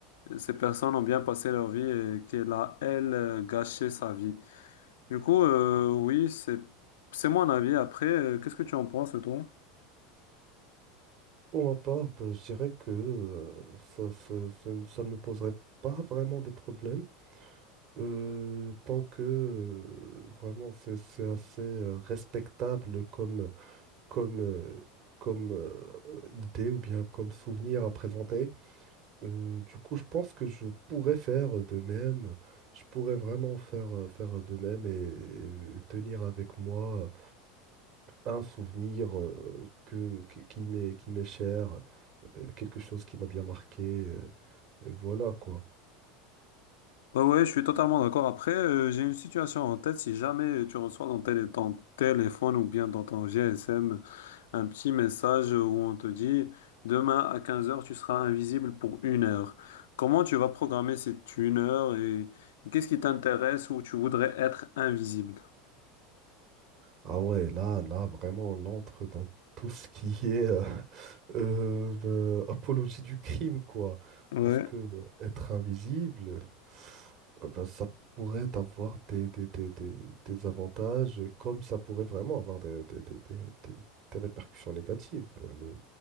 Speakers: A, on the left; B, on the right.
A: ces personnes ont bien passé leur vie et qu'elle a, elle, euh, gâché sa vie. Du coup, euh, oui, c'est, c'est mon avis. Après, euh, qu'est-ce que tu en penses, toi?
B: Pour ma part, bah, je dirais que euh, ça, ça- ça ne ça ne me poserait pas vraiment de problème, euh, tant que euh, vraiment c'est c'est assez euh, respectable comme, comme, euh, comme euh, idée ou bien comme souvenir à présenter. Euh, du coup, je pense que je pourrais faire de même. Je pourrais vraiment faire, euh, faire de même et, et tenir avec moi un souvenir euh, que, qui qui m'est, qui m'est cher, euh, quelque chose qui m'a bien marqué. euh, et voilà quoi.
A: Ouais, ouais, je suis totalement d'accord. Après, euh, j'ai une situation en tête. Si jamais tu reçois dans tel et ton téléphone ou bien dans ton GSM, un petit message où on te dit demain à quinze heures tu seras invisible pour une heure. Comment tu vas programmer cette une heure et qu'est-ce qui t'intéresse où tu voudrais être invisible?
B: Ah ouais, là, là, vraiment, on entre dans tout ce qui est euh, <laughs> euh, euh, apologie du crime, quoi.
A: Ouais.
B: Parce que euh, être invisible, euh, bah, ça pourrait avoir des, des, des- des- des avantages, comme ça pourrait vraiment avoir des, des- des- des- des- des répercussions négatives. Euh, Ne, ne-